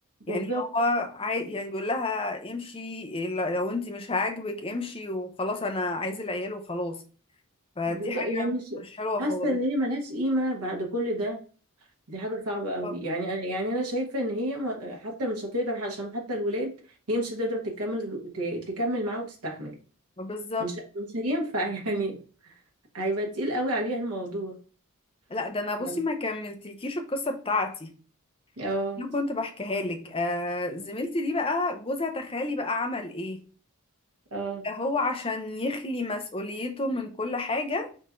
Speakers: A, on the left; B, on the right.
A: يعني
B: بالظبط
A: هو عاي... يعني بيقول لها امشي لو انت مش عاجبك امشي وخلاص انا عايز العيال وخلاص فدي
B: بالظبط
A: حاجة
B: يعني ش-
A: مش حلوة
B: حاسة
A: خالص
B: ان هي ملهاش قيمة بعد كل ده دي حاجة صعبة قوي
A: آه،
B: يعني أنا- يعني انا شايفة ان هي ما- حتى مش هتقدر عشان حتى الولاد هي مش هتقدر تكمل ت- تكمل معاه وتستحمل
A: بالظبط
B: مش مش هينفع <laughs> يعني هيبقى تقيل قوي عليها الموضوع
A: لا ده انا
B: ف-
A: بصي ما كملتلكيش القصة بتاعتي
B: اه
A: انا كنت بحكيها لك آه زميلتي دي بقى جوزها تخيلي بقى عمل ايه
B: اه
A: ده هو عشان يخلي مسؤوليته من كل حاجة